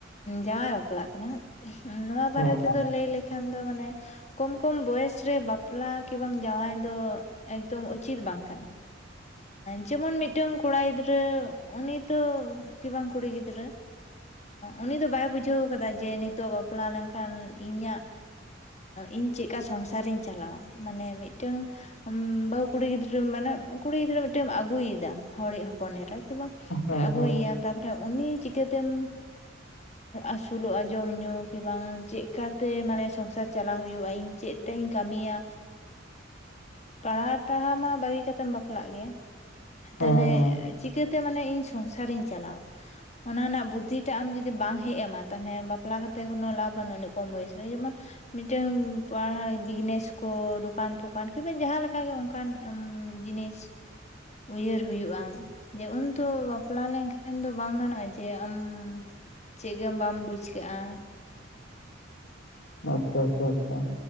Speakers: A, on the left (about 35°); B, on the left (about 80°).
A: ᱡᱟᱶᱟᱭ ᱵᱟᱯᱞᱟᱜ ᱠᱟᱱᱟ, ᱱᱚᱣᱟ
B: ᱦᱮᱸ
A: ᱵᱟᱨᱮ ᱛᱮᱫᱚ ᱞᱟᱹᱭ ᱞᱮᱠᱷᱟᱱ ᱫᱚ ᱢᱟᱱᱮ ᱾ ᱠᱚᱢ ᱠᱚᱢ ᱵᱚᱭᱮᱥ ᱨᱮ ᱵᱟᱯᱞᱟ ᱠᱤ ᱵᱟᱝ ᱡᱟᱶᱟᱭ ᱫᱚ ᱮᱠᱫᱚᱢ ᱩᱪᱤᱛ ᱵᱟᱝ ᱠᱟᱱᱟ᱾
B: <inaudible>
A: ᱡᱮᱢᱚᱱ ᱢᱤᱫᱴᱟᱹᱝ ᱠᱚᱲᱟ ᱜᱤᱫᱽᱨᱟᱹ ᱩᱱᱤ ᱛᱚ ᱠᱤ ᱵᱟᱝ ᱠᱩᱲᱤ ᱜᱤᱫᱽᱨᱟᱹ᱾ ᱩᱱᱤ ᱫᱚ ᱵᱟᱭ ᱵᱩᱡᱷᱟᱹᱣ ᱠᱟᱫᱟ ᱡᱮ ᱱᱤᱛᱚᱜ ᱵᱟᱯᱞᱟ ᱞᱮᱱᱠᱷᱟᱱ ᱤᱧᱟᱜ᱾ ᱤᱧ ᱪᱮᱫᱠᱟ ᱥᱚᱝᱥᱟᱨᱤᱧ ᱪᱟᱞᱟᱣᱟ ᱢᱟᱱᱮ ᱢᱤᱫᱴᱟᱹᱝ᱾ ᱵᱟᱹᱦᱩ ᱠᱩᱲᱤ ᱜᱤᱫᱽᱨᱟᱹ ᱢᱮᱱᱟᱜ ᱠᱩᱲᱤ ᱜᱤᱫᱽᱨᱟᱹ ᱢᱤᱫᱴᱮᱢ ᱟᱹᱜᱩᱭᱮᱫᱟ ᱦᱚᱲᱤᱡ ᱦᱚᱯᱚᱱ ᱮᱨᱟ ᱠᱤᱵᱟᱝ
B: ᱦᱮᱸ
A: ᱟᱹᱜᱩᱭᱭᱟᱢ᱾
B: ᱦᱮᱸ
A: ᱛᱟᱯᱚᱨᱮ ᱩᱱᱤ ᱪᱤᱠᱟᱹᱛᱮᱢ, ᱟᱹᱥᱩᱞᱚᱜᱼᱟ ᱡᱚᱢ ᱧᱩ ᱠᱤ ᱵᱟᱝ ᱪᱮᱜᱠᱟᱛᱮ ᱢᱟᱱᱮ ᱥᱚᱝᱥᱟᱨ ᱪᱟᱞᱟᱣ ᱦᱩᱭᱩᱜᱼᱟ ᱤᱧ ᱪᱮᱫ ᱛᱮᱦᱤᱧ ᱠᱟᱹᱢᱤᱭᱟ ᱯᱟᱲᱦᱟᱣ ᱴᱟᱲᱦᱟᱣ ᱢᱟ ᱵᱟᱹᱜᱤ ᱠᱟᱛᱮᱢ ᱵᱟᱯ ᱵᱟᱯᱞᱟᱜ ᱜᱮᱭᱟ
B: ᱦᱮᱸ
A: ᱛᱟᱦᱚᱞᱮ
B: ᱦᱮᱸ ᱦᱮᱸ
A: ᱪᱤᱠᱟᱹᱛᱮ ᱢᱟᱱᱮ ᱤᱧ ᱥᱚᱝᱥᱟᱨᱤᱧ ᱪᱟᱞᱟᱣ᱾ ᱚᱱᱟ ᱨᱮᱱᱟᱜ ᱵᱩᱫᱽᱫᱷᱤᱴᱟᱜ ᱟᱢ ᱡᱩᱫᱤ ᱵᱟᱝ ᱦᱮᱡ ᱮᱢᱟ ᱛᱟᱦᱚᱞᱮ ᱵᱟᱯᱞᱟ ᱠᱟᱛᱮ ᱠᱳᱱᱳ ᱞᱟᱵᱷ ᱵᱟᱹᱱᱩᱜᱼᱟ ᱩᱱᱟᱹᱜ ᱠᱚᱢ ᱵᱚᱭᱮᱥ ᱨᱮ ᱡᱮᱢᱚᱱ, ᱢᱤᱫᱴᱟᱹᱝ ᱯᱟᱲ <inaudible> ᱵᱤᱡᱽᱱᱮᱥ ᱠᱚ ᱫᱚᱠᱟᱱ ᱯᱷᱚᱠᱟᱱ ᱠᱤᱢᱵᱟ ᱡᱟᱦᱟᱸᱞᱮᱠᱟᱜᱮ ᱚᱱᱠᱟᱱ ᱡᱤᱱᱤᱥ᱾ ᱩᱭᱦᱟᱹᱨ ᱦᱩᱭᱩᱜᱼᱟ᱾ ᱡᱮ ᱩᱱ ᱛᱚ ᱵᱟᱯᱞᱟ ᱞᱮᱱᱠᱷᱟᱱ ᱫᱚ ᱵᱟᱝ ᱜᱟᱱᱚᱜᱼᱟ ᱡᱮ ᱟᱢ, ᱪᱮᱫ ᱜᱮᱢ ᱵᱟᱢ ᱵᱩᱡᱽ ᱠᱟᱜᱼᱟ᱾
B: ᱟᱪᱪᱷᱟ ᱟᱪᱷᱟ ᱟᱪᱪᱷᱟ